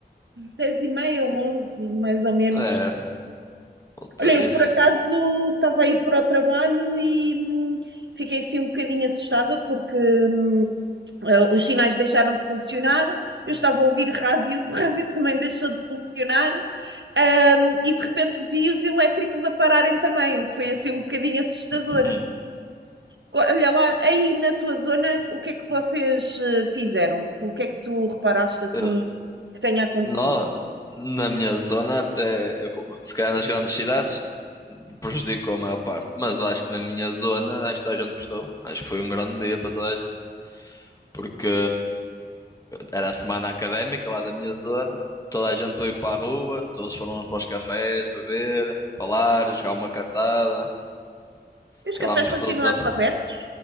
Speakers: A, on the right (about 85°); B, on the left (about 20°).
A: Dez e meia ou onze, mais ou menos.
B: É, volta
A: Olha, eu
B: disso.
A: por acaso estava a ir para o trabalho e hum, fiquei assim um bocadinho assustada porque hum, eh, os sinais deixaram de funcionar, eu estava a ouvir rádio, <laughs> o rádio também deixou de funcionar, ahm, e de repente vi os elétricos a pararem também, o que foi assim um bocadinho assustador.
B: Hum.
A: Co- Olha lá, aí na tua zona, o que é que vocês eh, fizeram? O que é que tu reparaste assim
B: Eu,
A: que tenha acontecido?
B: nó- na minha zona, até eu co- se calhar nas grandes cidades, prejudicou a maior parte, mas eu acho que na minha zona, acho que toda a gente gostou. Acho que foi um grande dia para toda a gente, porque Era a semana académica lá da minha zona. Toda a gente foi para a rua, todos foram para os cafés beber, falar, jogar uma cartada.
A: E Os
B: Acabámos
A: cafés continuaram
B: todos a. f-
A: abertos?